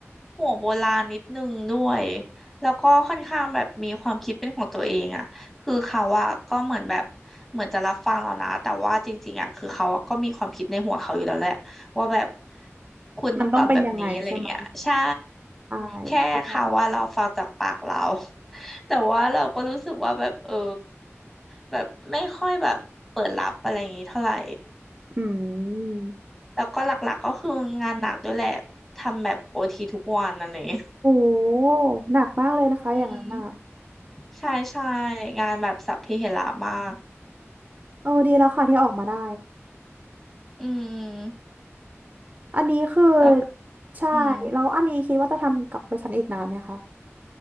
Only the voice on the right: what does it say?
<laughs> มันต้องเป็นยังไงใช่ไหม ใช่เข้าใจ
อืม
โอ้หนักมากเลยนะคะอย่างนั้นอ่ะ
เออดีแล้วค่ะที่ออกมาได้
อันนี้คือ
ใช่แล้วอันนี้คิดว่าจะทำกับบริษัทอีกนานไหมคะ